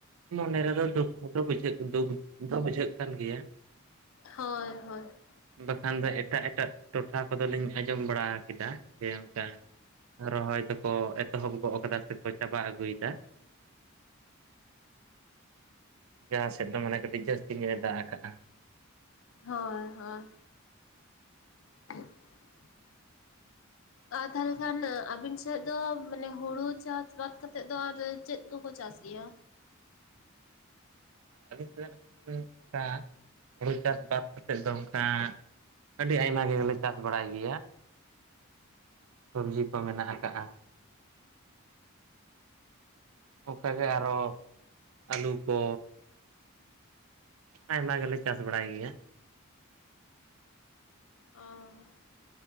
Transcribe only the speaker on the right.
ᱢᱚᱱᱮ ᱨᱮᱫᱚ ᱫᱩᱠᱷ ᱦᱚᱸᱛᱚ ᱵᱩᱡᱷᱟᱹᱜ, ᱫᱩᱠ ᱫᱚ ᱵᱩᱡᱷᱟᱹᱜ ᱠᱟᱱ ᱜᱮᱭᱟ ᱾
ᱵᱟᱠᱷᱟᱱ ᱫᱚ ᱮᱴᱟᱜ ᱮᱴᱟᱜ ᱴᱚᱴᱷᱟ ᱠᱚᱫᱚ ᱞᱤᱧ ᱟᱸᱡᱚᱢ ᱵᱟᱲᱟ ᱠᱮᱫᱟ ᱡᱮ ᱮᱸ ᱨᱚᱦᱚᱭ ᱫᱚᱠᱚ ᱮᱛᱚᱦᱚᱵ ᱜᱚᱜ ᱠᱟᱫᱟ ᱥᱮᱠᱚ ᱪᱟᱵᱟ ᱟᱹᱜᱩᱭᱮᱫᱟ ᱾ ᱡᱟᱦᱟᱸ ᱥᱮᱫ ᱫᱚ ᱢᱟᱱᱮ ᱠᱟᱹᱴᱤᱡ ᱡᱟᱹᱥ ᱡᱟᱹᱥᱛᱤ ᱧᱜ ᱮ ᱫᱟᱜ ᱟᱠᱟᱜᱼᱟ?
ᱟᱹᱞᱤᱧ <unintelligible> ᱠᱷᱟᱱ ᱚᱱᱠᱟ, ᱦᱩᱲᱩ ᱪᱟᱥ ᱵᱟᱫ ᱠᱟᱛᱮᱫ ᱫᱚ ᱚᱱᱠᱟ ᱟᱹᱰᱤ ᱟᱭᱢᱟ ᱜᱮᱞᱮ ᱪᱟᱥ ᱵᱟᱲᱟᱭ ᱜᱮᱭᱟ ᱾ ᱥᱚᱵᱽᱡᱤ ᱠᱚ ᱢᱮᱱᱟᱜ ᱟᱠᱟᱜᱼᱟ᱾ ᱚᱱᱠᱟᱜᱮ ᱟᱨᱚ ᱟᱹᱞᱩ ᱠᱚ ᱟᱭᱢᱟ ᱜᱮᱞᱮ ᱪᱟᱥ ᱵᱟᱲᱟᱭ ᱜᱮᱭᱟ᱾